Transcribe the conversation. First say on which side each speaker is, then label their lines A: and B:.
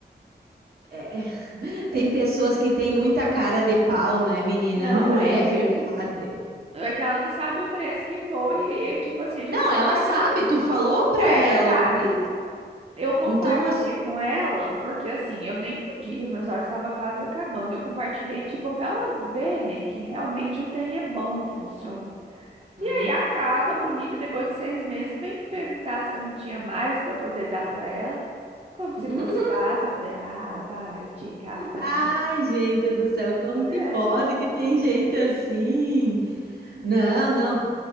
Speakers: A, on the right; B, on the right.
A: É, <laughs>
B: Tem
A: tem pessoas
B: isso, tá?
A: que têm muita cara de pau, né, menina?
B: Não,
A: Não
B: falei,
A: é
B: gente,
A: verdade.
B: é que ela não sabe o preço que foi. E, tipo assim, a gente
A: Não,
B: compartilha.
A: ela sabe, tu falou para
B: É
A: ela
B: verdade.
A: o preço.
B: Eu compartilhei
A: Então, assim,
B: com ela, porque assim, eu nem podia, meus olhos estavam quase acabando. Eu compartilhei, tipo, pra ela ver, né, que realmente o trem é bom, funciona.
A: hum.
B: E aí acaba, bonita, depois de seis meses, vem perguntar se eu não tinha mais para poder dar para ela, como se
A: <laughs>
B: fosse fácil. Eu falei, ah, vai te catar,
A: Ai,
B: né?
A: gente do céu, como
B: É,
A: que pode
B: só que ficou
A: que tem gente assim? Não, não.